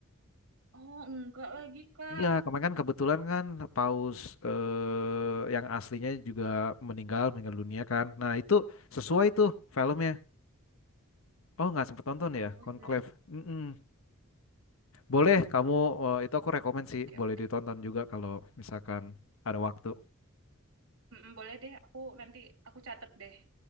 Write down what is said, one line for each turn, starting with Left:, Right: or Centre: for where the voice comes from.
Right: Oh, enggak lagi, Kak.
Left: Iya, kemarin kan kebetulan kan paus eh, yang aslinya juga meninggal, meninggal dunia kan. Nah, itu sesuai tuh filmnya. Oh, nggak sempet nonton
Right: Oh,
Left: ya,
Right: yes.
Left: Conclave. Mm-mm. Boleh, kamu eh, itu aku rekomen sih,
Right: Oke,
Left: boleh
Right: oke.
Left: ditonton juga kalau misalkan ada waktu.
Right: Mm-mm, boleh deh, aku nanti aku catat deh.